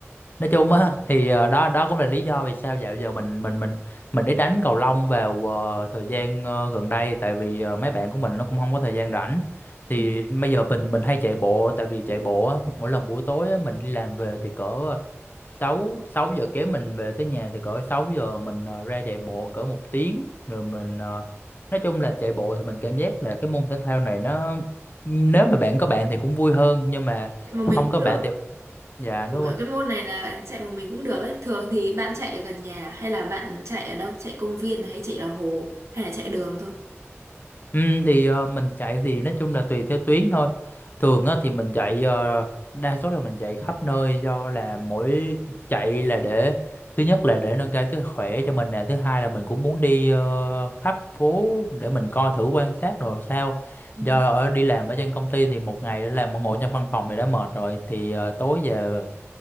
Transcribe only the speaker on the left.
Nói chung á thì ờ, đó đó cũng là lý do vì sao dạo giờ mình mình mình mình đi đánh cầu lông vào ờ, thời gian ờ, gần đây tại vì ờ, mấy bạn của mình nó cũng không có thời gian rảnh thì
bây giờ mình mình hay chạy bộ tại vì chạy bộ á, mỗi lần buổi tối á, mình đi làm về thì cỡ 6 sáu giờ kém mình về tới nhà thì cỡ 6 giờ mình ờ, ra chạy bộ cỡ một tiếng rồi mình ờ, nói chung là chạy bộ thì mình cảm giác là cái môn thể thao này nó nếu mà bạn có bạn thì cũng vui hơn nhưng mà
không
có
bạn thì Dạ đúng
rồi.
Ừ, thì ờ, mình chạy thì nói chung là tùy theo tuyến thôi. Thường á, thì mình chạy ờ, đa số là mình chạy khắp nơi do là mỗi chạy là để thứ nhất là để nâng cao sức khỏe cho mình nè, thứ hai là mình cũng muốn đi ờ, khắp phố để mình coi thử quan sát rồi sao.
Do ở đi làm ở trên công ty thì một ngày đã làm ngồi trong văn phòng thì đã mệt rồi thì ờ, tối về